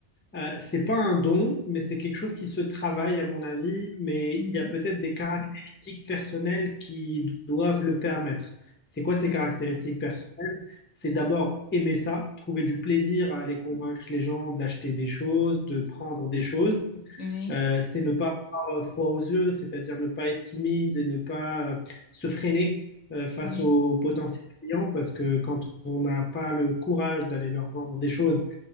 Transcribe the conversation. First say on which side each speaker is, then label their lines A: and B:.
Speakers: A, on the left; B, on the left.
A: euh, c'est pas un don, mais c'est quelque chose qui se travaille à mon avis, mais
B: Mhm.
A: il y a peut-être des caractéristiques personnelles qui doivent le permettre. C'est quoi ces
B: oui,
A: caractéristiques personnelles? C'est d'abord aimer ça, trouver du plaisir à aller convaincre les gens d'acheter des choses, de prendre des choses.
B: oui,
A: Euh, c'est ne pas avoir euh, froid aux yeux, c'est-à-dire ne pas être timide et ne pas euh, se freiner euh, face
B: oui,
A: aux potentialités clients parce que quand on n'a pas le courage d'aller leur vendre des choses